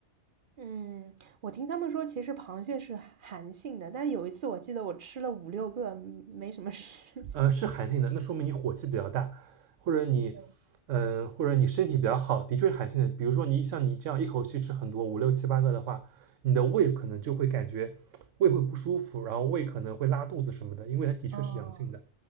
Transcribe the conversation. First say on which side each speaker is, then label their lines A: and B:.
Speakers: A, on the right; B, on the right.
A: 嗯，我听他们说，其实螃蟹是寒性的，但有一次我记得我吃了五六个，嗯没什么事情。
B: 呃，是寒性的，那说明你火气比较大，或者你，
A: <laughs>
B: 嗯、呃或者你身体比较好，的确是寒性的。比如说你像你这样一口气吃很多五六七八个的话，你的胃可能就会感觉胃会不舒服，然后胃可能会拉肚子什么的，因为它的确是凉性的。
A: 哦，